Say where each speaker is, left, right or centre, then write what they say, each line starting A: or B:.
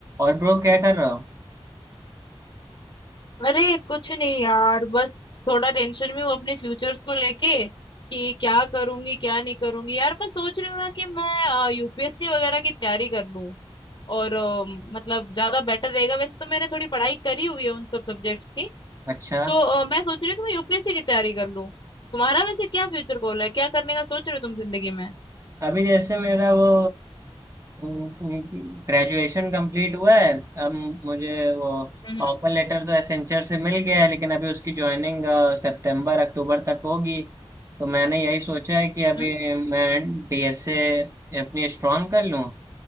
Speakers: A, on the right; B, on the left.
A: और ब्रो क्या कर रहा हो
B: अरे कुछ नहीं यार बस थोड़ा टेंशन में हूँ अपने फ्यूचर्स को लेके कि क्या करूंगी क्या नहीं करूंगी यार मैं सोच रही हूँ ना कि मैं यूपीएससी वगैरह की तैयारी कर लूँ और अ, मतलब ज्यादा बेटर रहेगा वैसे तो मैंने थोड़ी पढ़ाई करी हुई है उन सब सब्जेक्ट्स की
A: अच्छा
B: तो अ, मैं सोच रही हूँ कि मैं यूपीएससी की तैयारी कर लूँ तुम्हारा वैसे क्या फ्यूचर गोल है क्या करने का सोच रहे हो तुम जिंदगी में
A: अभी जैसे मेरा वो ग्रेजुएशन कंप्लीट हुआ है अब मुझे वो
B: हम्म
A: ऑफर लेटर तो एसेंचर से मिल गया है लेकिन अभी उसकी ज्वाइनिंग सितंबर अक्टूबर तक होगी तो मैंने यही सोचा है कि अभी
B: हम्म
A: मैं डीएसए अपनी स्ट्रांग कर लूँ